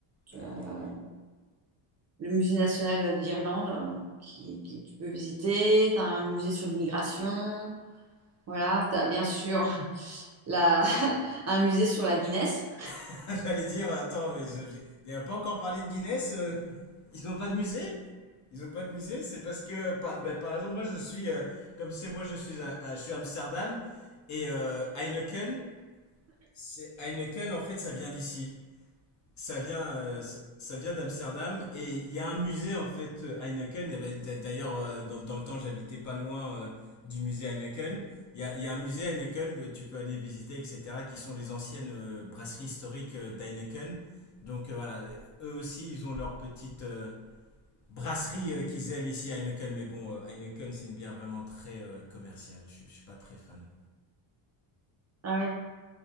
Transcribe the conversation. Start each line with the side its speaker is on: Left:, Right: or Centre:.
Right: Tu
Left: Ah,
Right: as
Left: les galeries.
Right: le musée national euh, d'Irlande euh, qui, qui tu peux visiter. Tu as un musée sur l'immigration. Voilà. Tu as bien sûr <laughs> la, <laughs> un musée sur la Guinness.
Left: <laughs> J'allais dire, attends, mais ils ont- pas encore parlé de Guinness. euh, <laughs> Ils n'ont pas de musée? Ils n'ont pas de musée? C'est parce que, par, ben, par exemple, moi je suis, euh, comme c'est moi je suis à, à- je suis à Amsterdam et euh, Heineken, c'est Heineken en fait ça vient d'ici. Ça vient, euh, ça, ça vient d'Amsterdam et il y a un musée en fait euh, Heineken. Et ben, d'a- D'ailleurs, euh, dans, dans le temps, j'habitais pas loin euh, du musée Heineken. Il y a, il y a un musée Heineken que tu peux aller visiter, etc., qui sont les anciennes euh, brasseries historiques euh, d'Heineken. Donc euh, voilà, eux aussi, ils ont leur petite euh, brasserie euh, qu'ils aiment ici à Heineken. Mais bon, euh, Heineken, c'est une bière vraiment très euh, commerciale. Je, je suis pas très fan.
Right: Ah oui.